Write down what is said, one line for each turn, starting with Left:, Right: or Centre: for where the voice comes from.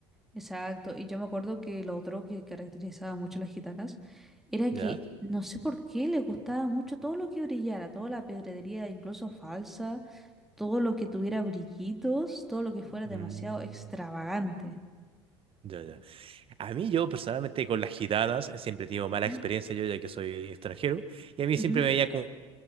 Centre: Exacto, y yo me acuerdo que lo otro que caracterizaba mucho a las gitanas era
Right: ¿Ya?
Centre: que no sé por qué les gustaba mucho todo lo que brillara, toda la pedrería incluso falsa, todo lo que tuviera brillitos, todo lo que fuera demasiado
Right: Mm,
Centre: extravagante.
Right: ya, ya. A mí, yo personalmente con las gitanas eh, siempre tengo mala
Centre: Ujú,
Right: experiencia, yo ya que soy extranjero, y a mí
Centre: ujú.
Right: siempre me veía como